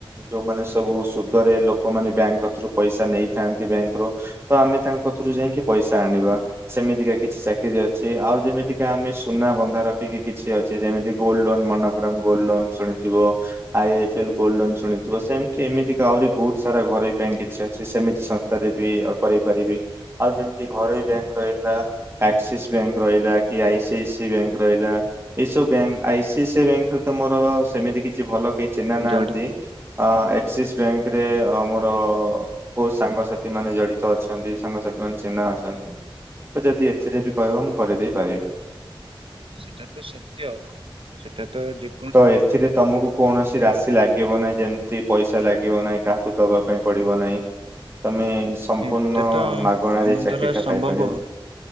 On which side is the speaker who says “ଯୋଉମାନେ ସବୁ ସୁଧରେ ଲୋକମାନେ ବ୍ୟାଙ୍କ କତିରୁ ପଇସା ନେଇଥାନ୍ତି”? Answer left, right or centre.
Right